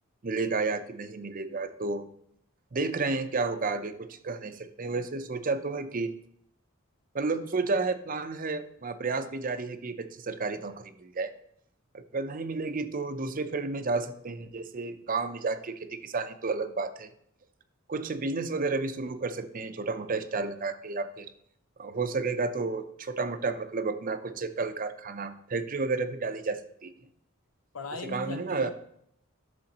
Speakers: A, on the right; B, on the left.
A: मिलेगा या कि नहीं मिलेगा तो देख रहे हैं क्या होगा आगे कुछ कह नहीं सकते वैसे सोचा तो है कि मतलब सोचा है प्लान है अ, प्रयास भी जारी है कि एक अच्छी सरकारी नौकरी मिल जाए अगर नहीं मिलेगी तो दूसरे फील्ड में जा सकते हैं जैसे गांव में जाके खेती किसानी तो अलग बात है कुछ बिजनेस वगैरह भी शुरू कर सकते हैं छोटा मोटा स्टाल लगा के या फिर हो सकेगा तो छोटा मोटा मतलब अपना कुछ कल कारखाना फैक्ट्री वगैरह भी डाली जा सकती है
B: पढ़ाई
A: जैसे काम
B: में क्या
A: है
B: किया
A: ना
B: आप